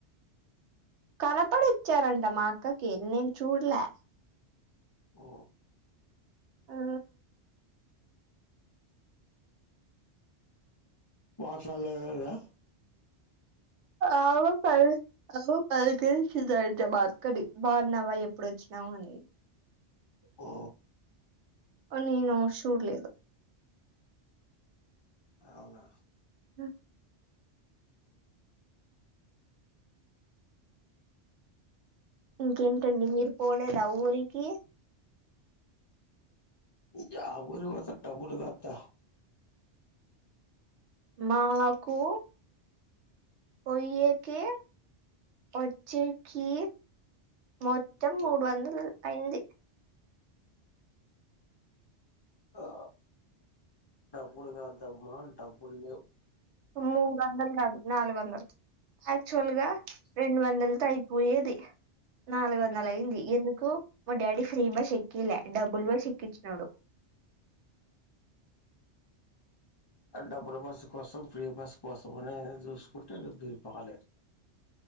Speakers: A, on the right; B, on the left.
A: కనపడి ఇచ్చారంట మా అక్కకి నేను చూడలే
B: ఉ
A: ఆ
B: పాఠశాల లేదా
A: ఆవ్ బాగు పలకరించింది అయితే మా అక్క ని బాగున్నావా ఎప్పుడు వచ్చినావు అని
B: ఆ
A: ఆ నేను షూడలేదు
B: అవునా
A: ఉ ఇంకేంటండి మీరు పోలేదా ఊరికి
B: యా ఊరు కి పోతా డబ్బులు కాత్త
A: మాకు పోయ్యేకి వచ్చేకి మొత్తం మూడు వందల అయ్యింది
B: ఆ డబ్బులు కావద్దమ్మా డబ్బులు లేవు
A: మూడు వందలు కాదు నాలుగు వందలు యాక్చు వల్ గా రెండు
B: అ
A: వందలతో అయిపోయేది నాలుగు వందలు అయింది ఎందుకు మా డాడీ ఫ్రీ బస్ ఎక్కియల డబ్బులు బస్ ఎక్కిచ్చినాడు
B: ఆ డబ్బుల బస్సు కోసం ఫ్రీ బస్సు కోసం అనే చూసుకుంటే మీరు పోలేరు